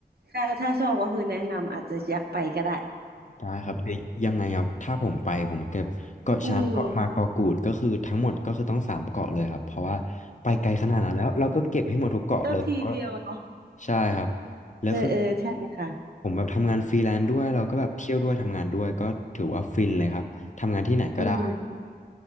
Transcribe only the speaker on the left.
ได้ครับเดี๋ยวยังไงอ่ถ้าผมไปผมเก็บเกาะช้างเกาะมาเกาะกูดก็คือทั้งหมดก็คือต้องสามเกาะเลยครับเพราะว่าไปไกลขนาดนั้นแล้วเราก็เก็บให้หมดทุกเกาะเลยเพราะ
ใช่ครับแล้วคือ
ผมแบบทำงานฟรีแลนซ์ด้วยเราก็แบบเที่ยวด้วยทำงานด้วยก็ถือว่าฟินเลยครับทำงานที่ไหนก็ได้